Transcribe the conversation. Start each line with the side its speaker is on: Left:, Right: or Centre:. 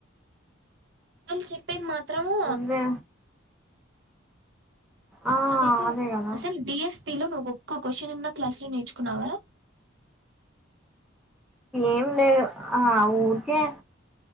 Right: అళ్ళు చెప్పేది మాత్రము
Centre: ముందే ఆ
Right: నాకు అయితే
Centre: అదే కదా
Right: అస్సలు డేట్ పిలో నువ్వు ఒక్క క్వశ్చన్ ఏన్న క్లాస్ లో నేర్చుకున్నావరా
Centre: ఏం లేదు ఆ ఊరికే